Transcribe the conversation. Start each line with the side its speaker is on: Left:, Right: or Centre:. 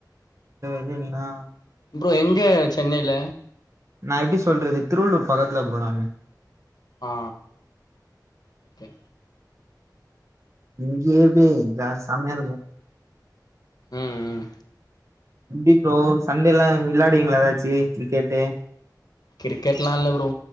Right: இதா மீனா
Left: ப்ரோ எங்க சென்னயில
Right: நா எப்டி சொல்றது திருவள்ளூர் பக்கத்துல ப்ரோ நானு
Left: ஆ ஓகே
Right: <unintelligible> தா செம்மய இருக்கும்
Left: ம் ம்
Right: எப்டி ப்ரோ சண்டேல்லா விளாடிங்களா ஏதாச்சு கிரிக்கெட்டு
Left: கிரிக்கெட்ல்லா இல்ல ப்ரோ